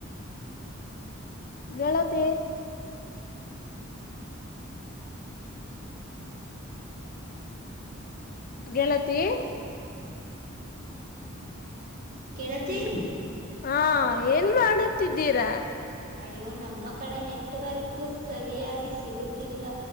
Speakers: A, on the left; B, on the right.
A: ಗೆಳತಿ ಗೆಳತಿ
B: ಗೆಳತಿ
A: ಹ್ಮ ಹಾಂ ಏನ್ ಮಾಡುತ್ತಿದ್ದಾರಾ?
B: ಅಯ್ಯೋ ನಮ್ಮ ಕಡೆ ನೆಟ್ಟವರ್ಕು ಸರಿಯಾಗಿ ಸಿಗುತ್ತಿಲ್ಲ.